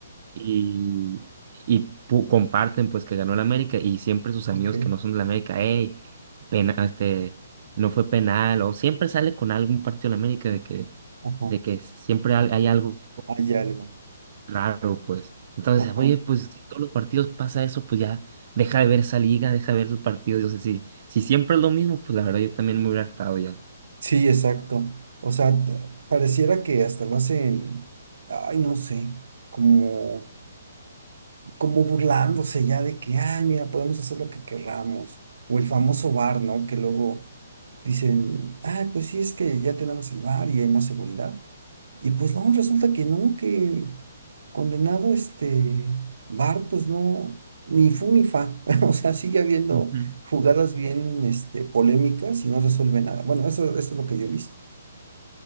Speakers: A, on the right; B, on the right.
A: y, y pu- comparten pues que ganó la América y siempre sus amigos
B: Ok,
A: que no son de la América, hey, pena, este, no fue penal, o siempre sale con algún partido de la América de que,
B: ajá.
A: de que siempre al- hay algo
B: Hay algo.
A: raro, pues. Entonces,
B: Ajá.
A: oye, pues si todos los partidos pasa eso, pues ya deja de ver esa liga, deja de ver sus partidos. Yo sé, si, si siempre es lo mismo, pues la verdad yo también me hubiera hartado ya.
B: Sí, exacto. O sea, t- pareciera que hasta lo hacen, ay, no sé, como, como burlándose ya de que, ay, mira, podemos hacer lo que querramos. O el famoso bar, ¿no? Que luego dicen, ay, pues sí, es que ya tenemos el bar y hay más seguridad. Y pues no, resulta que no, que condenado este Bart, pues no, ni fu ni fa. <laughs> O sea, sigue habiendo
A: Ujú.
B: jugadas bien este, polémicas y no resuelve nada. Bueno, eso, eso es lo que yo he visto.